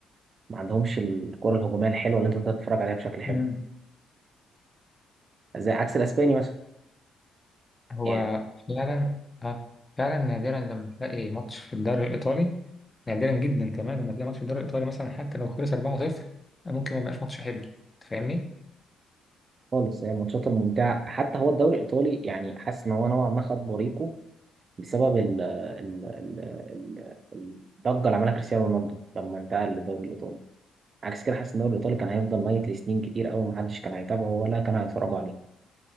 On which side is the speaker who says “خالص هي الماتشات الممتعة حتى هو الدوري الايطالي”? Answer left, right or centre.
Right